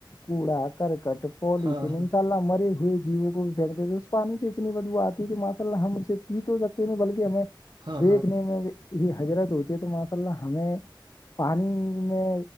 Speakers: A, on the left; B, on the right.
A: کوڑا کررکٹ پال
B: ہاں ہاں
A: تمسا
B: ہاں
A: الا مری ہوئے جیو بھی پھین دیتے تھ اس پانی سے اتنی بدو آتی ہے کہ م ہم اسے پی تو سکتے نہیں بلکہ ہمیں
B: ہاں
A: دیکھنے میں یہ حضرت ہوتی ہے تو ماشاء اللہ ہمیں پانی میں